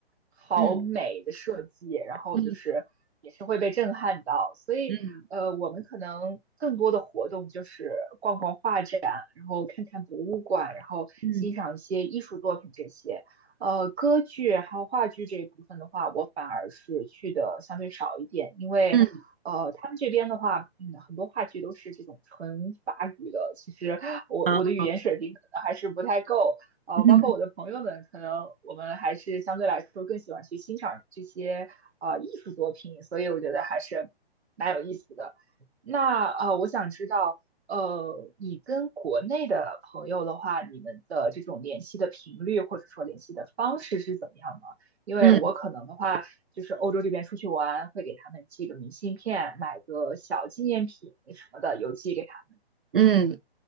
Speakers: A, on the right; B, on the right.
A: 好美的设计，
B: 嗯
A: 然后就是也是会被震撼到，
B: 嗯
A: 所以呃，
B: 嗯
A: 我们可能更多的活动就是逛逛画展，然后看看博物馆，然后欣赏一些艺术作品这些。
B: 嗯
A: 呃，歌剧还有话剧这一部分的话，我反而是去的相对少一点，因为呃，
B: 嗯
A: 他们这边的话，嗯，很多话剧都是这种纯法语的，其实我我的语言水平可能还是不太够，
B: 啊
A: 呃，
B: 嗯。
A: 包括我的朋友们，可能我们还是相对来说更喜欢去欣赏这些呃艺术作品，所以我觉得还是蛮有意思的。那呃，我想知道。呃，你跟国内的朋友的话，你们的这种联系的频率或者说联系的方式是怎么样的？因为我可能的话，
B: 嗯
A: 就是欧洲这边出去玩，会给他们寄个明信片，买个小纪念品什么的，邮寄给他们
B: 嗯